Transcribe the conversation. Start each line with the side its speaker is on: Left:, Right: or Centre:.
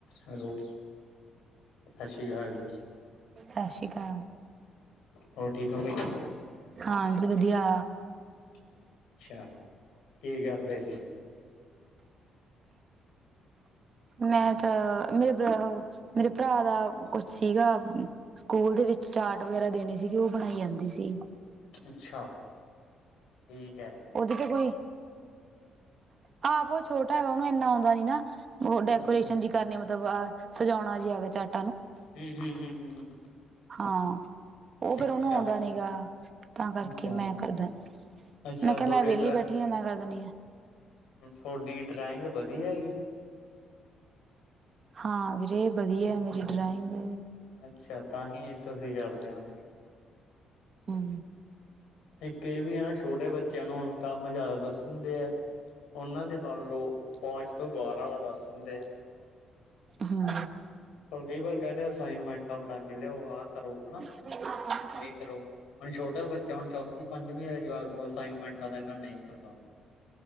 Left: Hello, Shashi ਆਲ ਜੀ।
Right: ਸ਼ਸ਼ੀਕਾਲ।
Left: ਹੋਰ ਠੀਕ ਹੋ ਬਾਈ
Right: ਹਾਂਜੀ, ਵਦੀਆ।
Left: ਅੱਛਾ, ਕੀ ਕਰਦੇ ਸੀ?
Right: ਮੈਂ ਤਾਂ, ਮੇਰੇ ਮੇਰੇ ਪਰਾ ਦਾ ਕੁਛ ਸੀਗਾ ਸਕੂਲ ਦੇ ਵਿੱਚ ਚਾਰਟ ਵਗੈਰਾ ਦੇਨੇ ਸੀਗੇ, ਓ ਬਣਾਈ ਆਂਦੀ ਸੀ।
Left: ਅੱਛਾ, ਠੀਕ ਐ।
Right: ਓਦੀ ਤੇ ਕੋਈ, ਹਾ ਬੋ ਛੋਟਾ ਹੈਗਾ ਓਨੂੰ ਏਂਨਾ ਆਉਂਦਾ ਨੀ ਨਾ। ਓ ਡੈਕੋਰੇਸ਼ਨ
Left: ਅੱਛਾ
Right: ਜੀ ਕਰਨੀ, ਮਤਬ ਅਹ ਸਜਾਓਣਾ ਜੀ ਹੈਗਾ ਚਟ
Left: ਹੂੰ- ਹੂੰ, ਹੂੰ-ਹੂੰ।
Right: ਹਾਂ, ਓਹ ਫੇਰ
Left: ਅੱਛਾ
Right: ਓਨੂੰ ਆਉਂਦਾ ਨੀ ਗਾ, ਤਾਂ ਕਰਕੇ
Left: ਅੱਛਾ
Right: ਮੈ ਕਰ ਦੇਣ।
Left: ਅੱਛਾ
Right: ਮੈਂ ਕੇਆ
Left: ਤੁਹਾਡੀ
Right: ਮੈ ਵੇਲੀ ਬੈਠੀ ਆ ਮੈ ਕਰ ਦੇਨੀ ਆ।
Left: ਥੋਡੀ ਡਰਾਇੰਗ ਵਧੀਆ ਹੈ ਹੀ?
Right: ਹਾਂ ਵੀਰੇ, ਵਦੀਆ ਮੇਰੀ ਡਰਾਇੰਗ।
Left: ਅੱਛਾ, ਤਾਂਹੀ ਤੁਸੀ ਕਰਦੇ ਹੋ।
Right: ਹੂੰ।
Left: ਇਥੇ ਏਹ ਵੀ ਆ ਨਾ ਛੋਟੇ ਬੱਚਿਆਂ ਨੂੰ ਹੁਣ ਕੰਮ ਜਾਦਾ ਦੱਸਣਦੇ ਐ। ਓਨਾਂ ਦੇ ਵੱਲੋਂ ਪੋਇੰਟਸ ਤੋਂ ਬਾਰਾ ਵਾ ਦੱਸ ਦਿੰਦੇ ਐ।
Right: ਹੂੰ।
Left: ਹੁਣ ਕਈ ਵਾਰ ਕੈਂਦੇ ਅਸਾਈਨਮੈਂਟਾਂ ਬਨਾ ਕੇ ਲਿਆਓ, ਆਹ ਕਰੋ, ਹਨਾ।
Right: <inaudible>
Left: ਇਹ ਕਰੋ, ਹੁਣ ਛੋਟਾ ਬੱਚ ਚਾ ਹੁਨ, ਚੌਥੀ-ਪੰਜਵੀਂ ਆਲੇ ਜਵਾਕ ਨੂੰ ਅਸਾਈਨਮੈਂਟਾਂ ਦਾ ਏਨਾ ਨਈ ਪਤਾ।